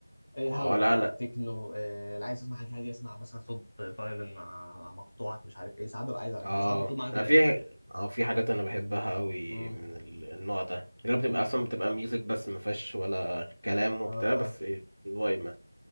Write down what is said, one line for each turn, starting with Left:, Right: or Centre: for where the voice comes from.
Left: إيه
Right: ما
Left: هاوس بقى
Right: لا
Left: تكنو إيه اللي عايز اسمع حاجه هاديه اسمع مثلا صوت فايولن مع مع مقطوعات مش عارف ايه ساعات ببقى عايز اعمل
Right: اه
Left: بس ساعات بطلب معايا كده
Right: أنا في
Left: يعني
Right: اه في حاجات انا بحبها قوي
Left: امم
Right: من ال- النوع ده اللي هي بتبقى
Left: امم
Right: اصلا بتبقى ميوزك بس ما فيهاش ولا كلام وبتاع
Left: اه
Right: بس
Left: اه
Right: فايبه